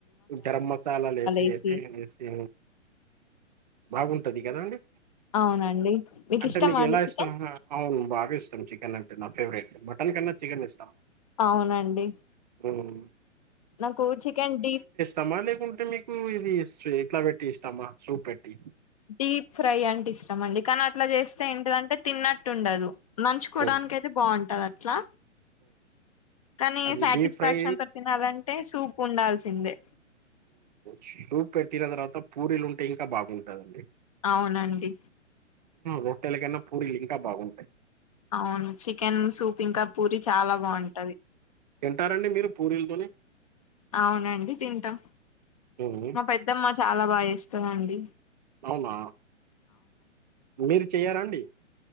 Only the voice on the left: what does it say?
ఏసి
అవునండి
ఇష్టమా
అండి
చికెన్
అవునండి
నాకు చికెన్ డీప్
డీప్ ఫ్రై అంటే ఇష్టం అండి కానీ అట్లా చేస్తే ఏంటిదంటే తిన్నట్టు ఉండదు నంచుకోవడానికి
అయితే బాగుంతుంది ఆది వట్లా కానీ
సాటిస్ఫాక్షన్ంతొ
తినాలంటే సూ ఉండాల్సిందే
అవునండి
అవును చికెన్ సూప్ ఇంకా పూరి చాలా బాగుంటది
అవునండి తింటాం
మా పెద్దమ్మ చాలా బాగా జేస్ స్తదండి